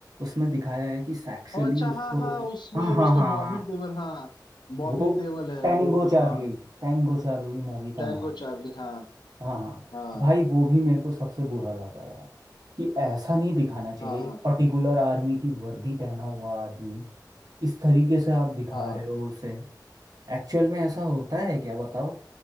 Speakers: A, on the right; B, on the left.
A: उसमें दिखाया है कि सेक्सुअली
B: और अच्छा
A: उसको
B: हाँ हाँ उसमें
A: हाँ हाँ
B: उसमें
A: हाँ
B: बॉबी
A: हाँ
B: देओल हाँ बॉबी
A: वो
B: देओल है
A: Tango
B: वो
A: Charlie
B: हाँ
A: Tango Charlie movie
B: टैंगो
A: का नाम
B: चार्ली हाँ
A: हाँ हाँ
B: हाँ
A: भाई वो भी मेरे को सबसे बुरा लगा यार कि ऐसा नहीं दिखाना चाहिए
B: हाँ
A: एक
B: हाँ
A: पर्टिकुलर आर्मी की वर्दी पहना हुआ आदमी इस तरीके से आप दिखा
B: हाँ।
A: रहे हो उसे एक्चुअल में ऐसा होता है क्या बताओ